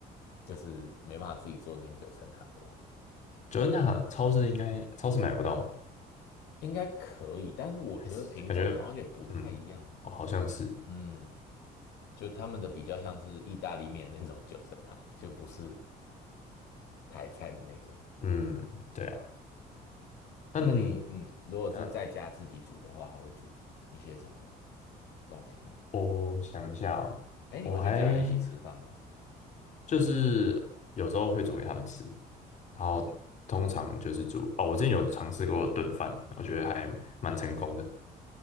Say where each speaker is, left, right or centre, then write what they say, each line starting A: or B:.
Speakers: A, on the left; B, on the left.
A: 就是没办法自己做那些九层塔的东西。
B: 九恩大超市应该超市买不到吗？
A: 应该可以，但是我觉得品种好像有点不太一样。
B: 还是感觉，嗯，哦，好像是，
A: 嗯，就他们的比较像是意大利面的那种九层塔，就不是台菜的那种。
B: 嗯，对啊，
A: 嗯，
B: 但
A: 那你嗯，如果是在家自己煮的话，
B: 呃，
A: 还会煮一些什么东西吗？
B: 我想一下哦，
A: 哎，你会跟家人一起吃饭吗？
B: 我还就是有时候会煮给他们吃，然后通常就是煮，哦，我之前有尝试过炖饭，我觉得还蛮成功的。